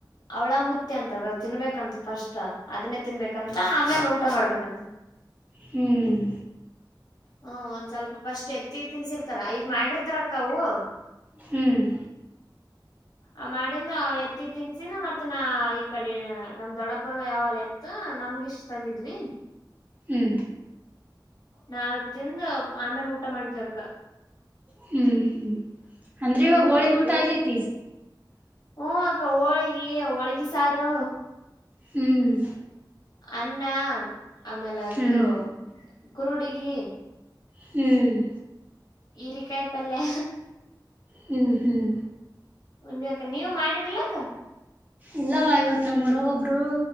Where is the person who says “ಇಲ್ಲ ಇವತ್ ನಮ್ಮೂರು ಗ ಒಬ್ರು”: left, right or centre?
Right